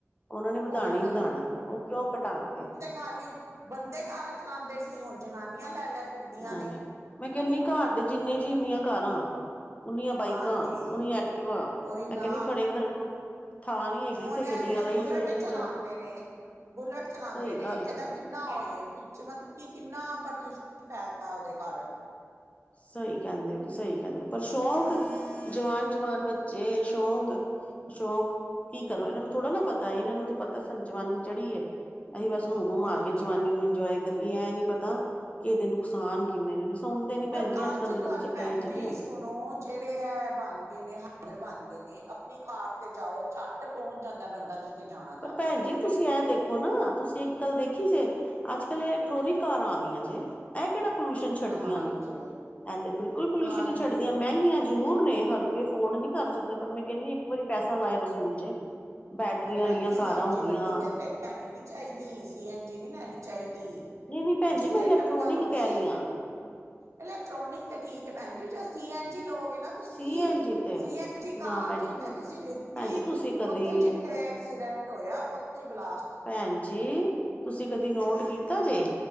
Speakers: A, on the left; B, on the right.
A: ਉਹਨਾਂ ਨੇ ਵਧਾਣੇ
B: ਉਹੀ
A: ਈ ਵਧਾਣੇ ਨੇ ਉਹ ਕਿਉਂ ਘਟਾਂਣਗੇ।
B: ਪਹਿਲੀ ਬੰਦੇ ਕਾਰਾਂ ਚਲਾਂਦੇ ਸੀ। ਹੁਣ ਜਨਾਨੀਆਂ ਲੈ- ਲੈ ਫਿਰਦੀਆਂ
A: ਮੈਂ
B: ਨੇ
A: ਕਿਹਾ ਮੈਂ ਕਹਿੰਨੀ ਘਰ ਦੇ ਜਿੰਨੇ ਜੀਅ ਓਨੀਆਂ ਕਾਰਾ। ਉਨੀਆਂ ਬਾਈਕਾਂ,
B: ਹਾਂਜੀ
A: ਉਨੀਆਂ ਐਕਟਿਵਾ
B: ਉਹੀ ਨਾ
A: ਮੈਂ ਕਹਿੰਣੀ ਆ ਖੜੇ ਕਰਨ ਨੂੰ ਥਾਂ ਨਹੀਂ ਹੈਗੀ।
B: ਹੁਣ
A: ਤੇ
B: ਇਹ
A: ਗੱਡੀਆਂ
B: ਜਿਹੜੇ
A: ਲਈ
B: ਬੁਲੇਟ
A: ਜੋ ਲਈ
B: ਚਲਾਂਦੇ
A: ਜੋ
B: ਨੇ। ਬੁਲੇਟ ਚਲਾਂਦੇ
A: ਸਹੀ
B: ਨੇ।
A: ਗੱਲ
B: ਇਹਦਾ
A: ਜੇ
B: ਕਿੰਨਾ ਉਹਏ ਪਿਚ ਮਤਲਬ ਕਿ ਕਿੰਨਾ ਪ੍ਰਦੂਸ਼ਣ ਫੈਲਦਾ ਉਹਦੇ ਕਾਰਨ।
A: ਸਹੀ ਕਹਿੰਦੇ ਓ ਜੀ, ਸਹੀ ਕਹਿੰਦੇ ਓ। ਪਰ ਸ਼ੌਕ ਜਵਾਨ- ਜਵਾਨ ਬੱਚੇ ਸ਼ੌਂਕ ਸ਼ੌਕ ਕੀ ਕਰੂ ਇਹਨਾਂ ਨੂੰ ਥੋੜਾ ਨਾ ਪਤਾ। ਇਹਨਾਂ ਨੂੰ ਤਾਂ ਪਤਾ ਸਾਨੂੰ ਜਵਾਨੀ ਚੜ੍ਹੀਏ। ਅਸੀਂ ਬਸ ਹੁਮ- ਹਮਾ
B: ਹਾਂਜੀ
A: ਕੇ ਜਵਾਨੀ ਨੂੰ ਇੰਜੋਏ ਕਰੀਏ ਇਹ ਨੀ ਪਤਾ ਕਿ ਇਹਦੇ ਨੁਕਸਾਨ ਕਿੰਨੇ ਨੇ ਸੁਣਦੇ ਨੀ
B: ਪਰ
A: ਭੈਣ ਜੀ
B: ਅੱਜ-ਕੱਲ੍ਹ
A: ਅੱਜ ਕੱਲ੍ਹ ਦੇ ਬੱਚੇ ਕਹੇ
B: ਭੈਣ
A: ਚ
B: ਜੀ
A: ਨਹੀਂ ਹੈਗੇ
B: ਸੁਣੋ। ਜਿਹੜੇ ਏ ਬਣ ਗਏ ਨੇ ਹਾਈਵੇ ਬਣ ਗਏ ਨੇ ਆਪਣੀ ਕਾਰ ਤੇ ਜਾਓ ਝੱਟ ਪਹੁੰਚ ਜਾਂਦਾ ਬੰਦਾ ਜਿੱਥੇ ਜਾਣਾ ਚਾਹਦਾ।
A: ਪਰ ਭੈਣ ਜੀ ਤੁਸੀਂ ਐਂ ਦੇਖੋ ਨਾ ਤੁਸੀਂ ਇੱਕ ਗੱਲ ਦੇਖੀ ਜੇ ਅੱਜ-ਕੱਲ ਇਲੈਕਟ੍ਰੋਨਿਕ ਕਾਰਾਂ ਆ ਗਈਆਂ ਜੇ ਇਹ ਕਿਹੜਾ ਪੋਲਿਊਸ਼ਨ ਛੱਡਦੀਆਂ
B: ਹਾਂਜੀ
A: ਨੇ ਇਹ ਤੇ ਬਿਲਕੁਲ ਪੋਲਿਊਸ਼ਨ
B: ਹਾਂਜੀ
A: ਨਹੀਂ ਛੱਡਦੀਆਂ ਮਹਿੰਗੀਆਂ ਜ਼ਰੂਰ ਨੇ ਹਰ ਕੋਈ ਅਫੋਰਡ ਨਹੀਂ ਕਰ ਸਕਦਾ ਪਰ ਮੈਂ ਕਹਿੰਦੀ ਇੱਕ ਵਾਰੀ ਪੈਸਾ ਲਾਇਆ ਵਸੂਲ ਜੇ ਬੈਟਰੀਆਂ
B: ਪਰ ਭੈਣ
A: ਵਾਲੀਆਂ
B: ਜੀ ਸੀ
A: ਕਾਰਾਂ
B: ਐਨ
A: ਹੋ
B: ਜੀ
A: ਗਈਆਂ
B: ਗੱਡੀ ਕਹਿੰਦੇ ਲੈਣੀ ਨੀ ਚਾਹੀਦੀ ਸੀ ਐਨ ਜੀ ਨਹੀਂ ਲੈਣੀ ਚਾਹੀਦੀ
A: ਨਹੀਂ-ਨਹੀਂ ਭੈਣ
B: ਜਿੱਥੇ
A: ਜੀ ਮੈਂ ਇਲੈਕਟ੍ਰੋਨਿਕ
B: ਟੱਕਰ ਹੋਈ
A: ਕਹਿ ਰਹੀ ਹਾਂ।
B: ਇਲੈਕਟ੍ਰੋਨਿਕ ਤੇ ਠੀਕ ਹੈ ਭੈਣ ਜੀ 'ਚ' ਸੀ ਐਨ ਜੀ ਲੋਗਏ ਨਾ ਤੁਸੀਂ
A: ਸੀ ਐਨ ਜੀ ਤੇ
B: ਸੀ ਐਨ ਜੀ
A: ਨਾ
B: ਕਾਰ
A: ਭੈਣ
B: ਜਿੱਥੇ
A: ਜੀ ਨਾ
B: ਤੁਸੀਂ ਲਿੱਤੀ
A: ਭੈਣ ਜੀ ਤੁਸੀਂ ਕਦੀ
B: ਉੱਥੇ ਜਿੱਥੇ ਐਕਸੀਡੈਂਟ ਹੋਇਆ ਉੱਥੇ ਹੀ ਬਲਾਸਟ
A: ਭੈਣ ਜੀ ਤੁਸੀਂ ਕਦੀ ਨੋਟ ਕੀਤਾ ਜੇ